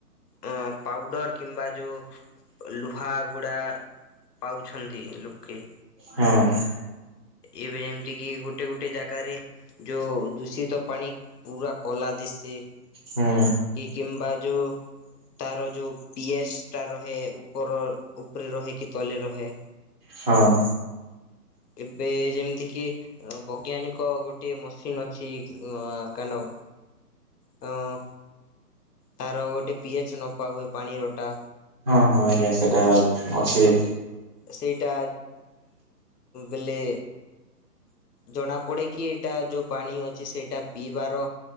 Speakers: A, on the left (about 70°); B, on the right (about 35°).
A: ଅ ପାଉଡର କିମ୍ବା ଯୋଉ ଲୁହା ଗୁଡା ପାଉଛନ୍ତି ଲୋକେ।
B: ହଁ। <inaudible>
A: ଏବେ ଯେମିତି କି ଗୋଟେ ଗୋଟେ ଜାଗାରେ ଯୋଉ ଦୂଷିତ ପାଣି ପୁରା କଲା ଦିଶ
B: ହୁଁ
A: କି କିମ୍ବା ଯୋଉ ତାର ଯୋଉ ପିଏଚ ଟା ରହେ ଉପର ଉପରେ ରହେ କି ତଲେ ରହେ।
B: ହଁ।
A: ଏବେ ଯେମିତି କିି ବୈଜ୍ଞାନିକ ଗୋଟେ ମସିନ ଅଛି କେନ? ହଁ। ତାର ଗୋଟେ ପିଏଚ୍‌ ନପାଉ ଏ ପାଣିରଟା।
B: ହଁ ହଁ ଆଜ୍ଞା ସେଟା ଅଛି।
A: ସେଇଟା ବେଲେ। ଜଣା ପଡେ କିି ଏଇଟା ଯୋଉ ପାଣି ଅଛି ସେଇଟା ପିଇବାର।